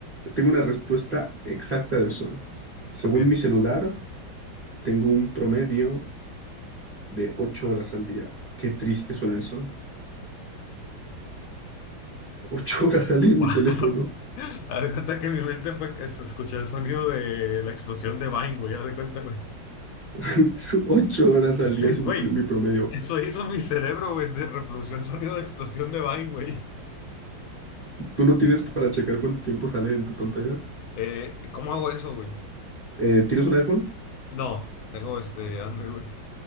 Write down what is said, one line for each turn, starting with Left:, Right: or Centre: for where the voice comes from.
Right: tengo una respuesta exacta de eso. Según
Left: Ok.
Right: mi celular, Tengo un promedio de 8 horas al día. Qué triste suena eso. ocho <laughs> horas al día en
Left: Wow.
Right: mi teléfono.
Left: <laughs> Haz de cuenta que en mi mente fue que se escuchó el sonido de la explosión de Vine, güey. Haz de cuenta, güey.
Right: <laughs> ocho horas
Left: <laughs>
Right: al día
Left: Luis,
Right: es un
Left: güey,
Right: pr- mi promedio.
Left: eso hizo mi cerebro, güey, se reprodució el sonido de explosión de Vine, güey.
Right: ¿Tú no tienes para checar cuánto tiempo sale en tu pantalla?
Left: Eh, ¿cómo hago eso, güey?
Right: Eh, ¿tienes un iPhone?
Left: No, tengo este Android, güey.